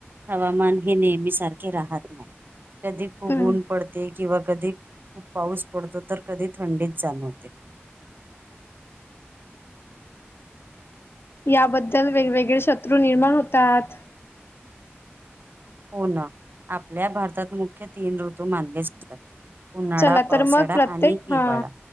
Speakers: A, on the right; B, on the left.
A: हवामान हे नेहमी सारखे राहत नाही कधी खूप
B: हम्म
A: ऊन पडते किंवा कधी खूप पाऊस पडतो तर कधी थंडीत चालव्हते
B: याबद्दल वेगवेगळे शत्रू निर्माण होतात
A: होण आपल्या भारतात मुख्य तीन ऋतू मानले जातात उन्हाळा,
B: चला
A: पावसाळा
B: तर मग प्रत्येक
A: आणि हिवाळा.
B: हा